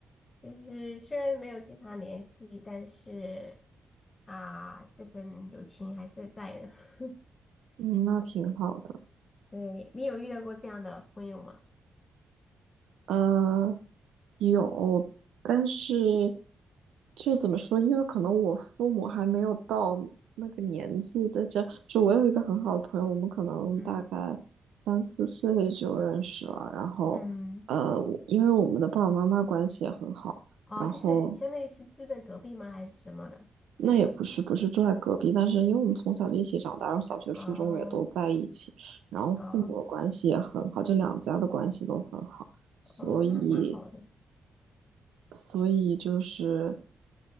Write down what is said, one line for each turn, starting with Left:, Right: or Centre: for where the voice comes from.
Left: 就是虽然没有经常联系，但是啊，这份友情还是在的。<laughs>
Right: 嗯，那挺好的。
Left: 对，你有遇到过这样的朋友吗？
Right: 呃，有，但是就怎么说？因为可能我父母还没有到那个年纪，在这就我有一个很好的朋友，我们可能大概三四岁就认识了。
Left: 嗯
Right: 然后，
Left: 嗯，
Right: 呃，我因为我们的爸爸妈妈关系也很好，
Left: 哦，
Right: 然后
Left: 就是相当于是住在隔壁吗？还是什么的？
Right: 那也不是，不是住在隔壁，但是因为我们从小就一起长大，然后小学、初中也都在一起，
Left: 哦
Right: 然后父母关系也很好，
Left: 哦
Right: 这两家的关系都很好，所以，
Left: 哦，那蛮好的。
Right: 所以就是